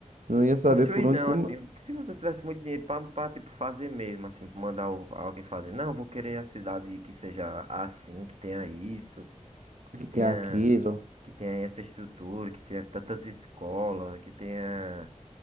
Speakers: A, on the right (about 85°); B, on the right (about 55°).
A: Não ia saber
B: Construir
A: por onde
B: não,
A: como
B: assim, se você tivesse muito dinheiro para tipo fazer mesmo, assim, mandar o- alguém fazer, não, vou querer a cidade que seja assim, que tenha isso. que
A: que
B: tenha
A: tem aquilo.
B: que tenha essa estrutura, que tenha tantas escolas, que tenha